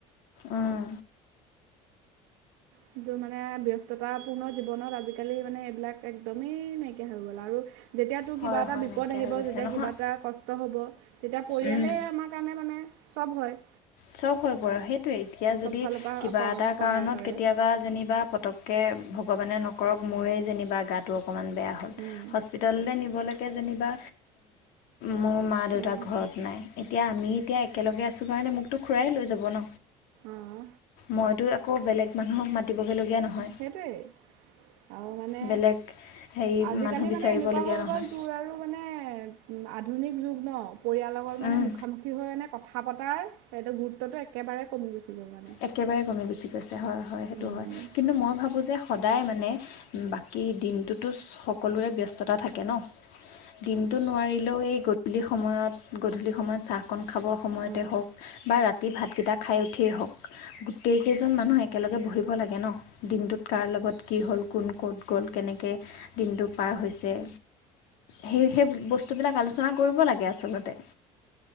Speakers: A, on the left; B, on the right.
A: উম
B: কিন্তু মানে ব্যস্ততাপূৰ্ণ জীৱনত আজিকালি মানে এইবিলাক একদমেই নাইকিয়া হৈ গ'ল। আৰু যেতিয়া তোৰ
A: হয়
B: কিবা এটা
A: হয়
B: বিপদ
A: নাইকিয়া
B: আহিব
A: হৈ গৈছে
B: যেতিয়া
A: নহয়
B: কিবা এটা কষ্ট হ'ব। তেতিয়া পৰিয়ালেই
A: উম
B: আমাৰ কাৰণে মানে সব হয়।
A: সব হৈ পৰে সেইটোৱে এতিয়া
B: চব
A: যদি
B: ফালৰ পৰা
A: কিবা এটা
B: সহায়
A: কাৰণত
B: কৰে
A: কেতিয়াবা যেনিবা পতক তাকে ভগৱানে, নকৰক মোৰেই যেনিবা গাটো অকণমান বেয়া হ'ল।
B: উম'
A: হস্পিতাললৈ, নিবলৈকে যেনিবা মোৰ মা- দেউতাক,
B: উম,
A: ঘৰত নাই এতিয়া আমি এতিয়া একেলগে আছোঁ কাৰণে মোকতো খূৰাই, লৈ যাব ন।
B: অঁ
A: মইতো আকৌ বেলেগ মানুহক মাতিবগৈলগীয়া নহয়
B: সেইটোৱেই আৰু মানে
A: বেলেগ হেৰি
B: আজিকালি
A: মানুহ বিচাৰিবলগীয়া
B: মানে এনেকুৱা হৈ
A: নহয়
B: গ'ল তোৰ আৰু মানে। আধুনিক যুগ ন পৰিয়ালৰ লগত মানে
A: উম,
B: মুখামুখি হৈ মানে কথা পতাৰ সেইটো গুৰুত্বটো একেবাৰে কমি গুচি গ'ল মানে।
A: একেবাৰে কমি গুচি গৈছে হয় হয়। সেইটো
B: উম,
A: হয় কিন্তু মই ভাবো যে সদায় মানে বাকী দিনটোতো সকলোৰে ব্যস্ততা থাকে ন। দিনটো নোৱাৰিলেও এই গধূলি সময়ত গধূলি সময়ত চাহ, অকন খাবৰ সময়তে
B: অঁ
A: হওক বা ৰাতি ভাতকেইটা খাই উঠিয়েই হওক গোটেইকেইজন মানুহ একেলগে বহিব লাগে ন। দিনটোত কাৰ লগত কি হ'ল, কোন কোন ক'ত গ'ল, কেনেকে দিনটো পাৰ হৈছে সেই সেই বস্তুবিলাক আলোচনা কৰিব লাগে আচলতে।